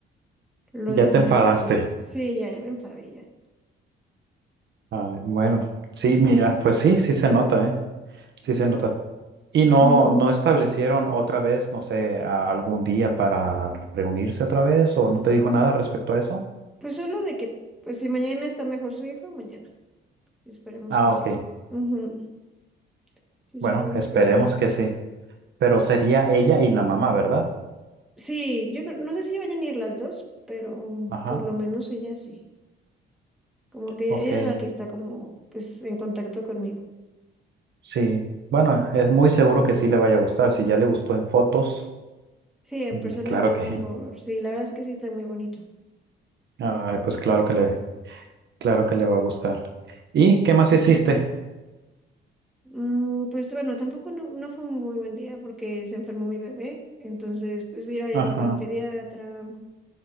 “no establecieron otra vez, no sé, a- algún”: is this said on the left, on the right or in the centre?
Right